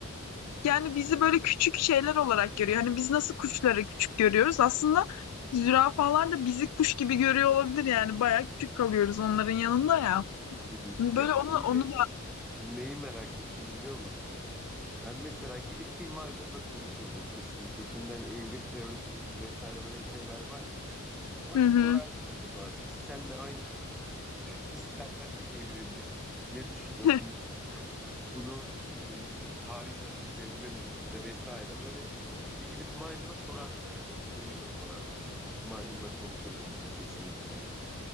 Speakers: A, on the left; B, in the centre.
A: Yani bizi böyle küçük şeyler olarak görüyor. Hani biz nasıl kuşları küçük görüyoruz? Aslında zürafalar da bizi kuş gibi görüyor olabilir yani. Bayağı küçük kalıyoruz onların yanında ya.
B: <laughs>
A: Hani
B: Ya
A: Böyle onu
B: ben
A: onu
B: bir de
A: da
B: neyi merak ettim biliyor musun? Ben mesela gidip bir maymunla konuşurdum kesinlikle. Şimdi hani evrim teorisi ve- vesaire böyle şeyler var ya. Ona
A: Hı hı.
B: bir sorardım acaba. Biz seninle aynı, <laughs> biz senden mi evrildik? Ne düşünüyorsun?
A: <laughs>
B: bunu e, tarihini açıklayabilir misin bize vesaire. Böyle bir gidip maymuna sorardım herhalde. Bu konuyu da sorardım. Maymunla konuşurdum bunu kesinlikle.